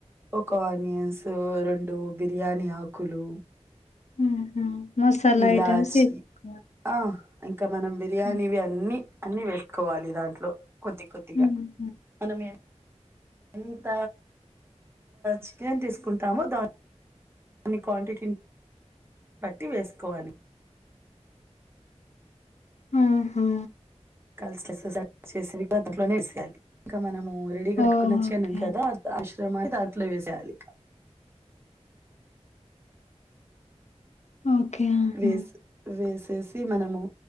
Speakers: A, on the right (about 20°); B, on the left (about 75°).
A: ఒక, ఆనియన్స్, రెండుబిర్యానీ, ఆకులు,
B: ఆహా! మసాలా
A: ఇలాచి,
B: ఐటెమ్స్ ఏసుకోవాలి.
A: ఆ, ఇంకా, మనం, బిర్యానీవి,
B: హ్మ్.
A: అన్నిీ, అన్ని, వేసుకోవాలి. దాంట్లో, కొద్దికొద్దిగా,
B: హ్మ్.
A: మనం, ఎ, ఎంత, చికెన్, తీసుకుంటాము, దాన్, అన్ని, క్వాంటిటీ, బట్టి, వేసుకోవాలి.
B: ఆహా,
A: కలిసి చే అంట్లోనే వేయాలి <unintelligible> ఇంకా, మనము, రెడీగా పెట్టుకుని
B: ఓకే.
A: వచ్చి అనుం కదా.. అశ్రమ, దాంట్లో, వేసేయ్యాలి, ఇకా,
B: ఓకే. ఆహా!
A: వేస్, వేసేసి, మనము,